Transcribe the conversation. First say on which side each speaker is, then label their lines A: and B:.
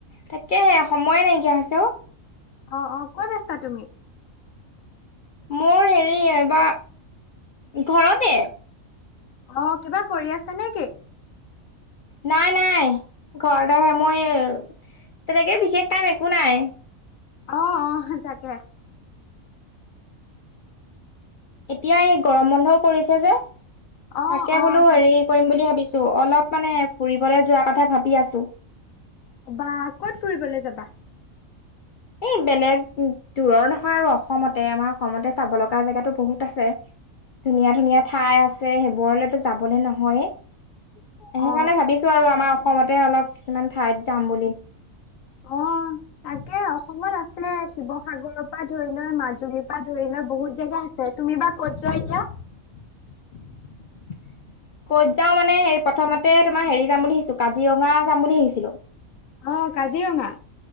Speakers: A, on the left; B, on the left.
A: তাকেহে সময়ে নাইকিয়া হৈছে অ'।
B: অ', অ', ক'ত আছা তুমি?
A: মোৰ হেৰি এইবাৰ ঘৰতে।
B: অ', কিবা কৰি আছা নেকি?
A: নাই নাই ঘৰতেহে মই তেনেকে বিশেষ কাম একো নাই।
B: অহ অহ তাকে।
A: এতিয়া এই গৰম বন্ধও পৰিছে যে।
B: অ
A: তাকে
B: অ
A: বোলো
B: তাক
A: হেৰি কৰিম বুলি ভাবিছো অলপ মানে ফুৰিবলৈ যোৱা কথা ভাবি আছো।
B: বা ক'ত ফুৰিবলৈ যাবা
A: এই বেলেগ দূৰৰ নহয় আৰু অসমতে আমাৰ অসমতে চাব লগা জেগাতো বহুত আছে। ধুনীয়া ধুনীয়া
B: অ
A: ঠাই আছে সেইবোৰলেতো যাবলে নহয়েই। সেইকাৰণে
B: অ
A: ভাবিছো আৰু আমাৰ অসমতে অলপ কিছুমান ঠাইত যাম বুলি। <inaudible>
B: অ তাকে অসমত আছিলে শিৱসাগৰৰ পৰা ধৰি লৈ মাজুলীৰ পৰা ধৰি লৈ বহুত জেগা আছে। তুমি বা ক'ত যোৱা এতিয়া?
A: <inaudible> ক'ত যাও মানে হে প্ৰথমতে তোমাৰ হেৰি যাম বুলি ভাবিছো কাজিৰঙা যাম বুলি ভাবিছিলোঁ।
B: অ', কাজিৰঙা?